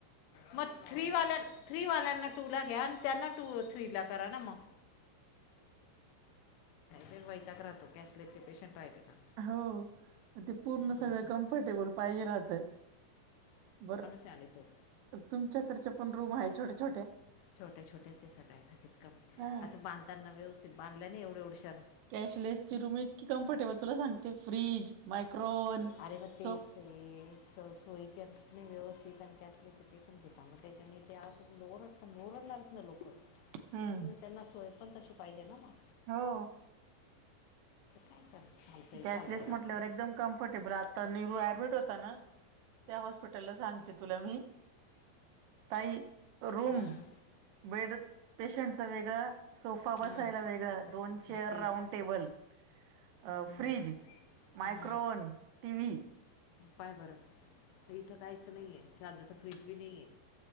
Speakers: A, on the left (about 90°); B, on the right (about 80°).
A: मगथ्री वाल्या थ्री वाल्यांना टू ला घ्या आणि त्यांना टू थ्री ला करा ना मग ते वैताक राहतो कॅशलेसचे पेशंट राहिले का.
B: हो. मग ते पूर्ण
A: रूम
B: सगळं कम्फर्टेबल पाहिजे राहतं बर.
A: त्याने तो
B: तुमच्याकडचे पण रूम आहे छोट्या छोट्या.
A: छोट्या छोट्याचे सटायचं कीच कम
B: हा
A: असं बांधताना व्यवस्थित बांधलं नाही एवढे एवढं शर.
B: कॅश लिस्ट ची रूम इतकी कम्फर्टेबल तुला सांगते फ्रीज मायक्रोन
A: अरे मग तेच
B: सो
A: आहे सोयी करता नाही व्यवस्थित आणि स्पेशलिस्ट चे पेशंट घेता मग त्याच्या ने ते अजूनच. लोरडता लोरडणारच ना लोक
B: हम्म
A: तुम्ही त्यांना सोय पण तशी पाहिजे ना मग.
B: हो
A: काय कर चालतय
B: कॅशलेस
A: चालत.
B: म्हटल्यावर एकदम कम्फर्टेबल आता मीरू ॲडडमिट होतता ना त्या हॉस्पिटलला सांगते तुला मी ताई रूम.
A: हम्म,
B: बेड पेशंटच वेगळां सोफा
A: हम्म.
B: बसायला वेगळा दोन चेअर
A: मग तेच
B: राऊंड टेबल. अ
A: मग
B: फ्रिज Micro
A: हम्म.
B: oven TV.
A: पाय बरं इथं काहीच नाहीये सादा तर फ्रीज बी नाहीये.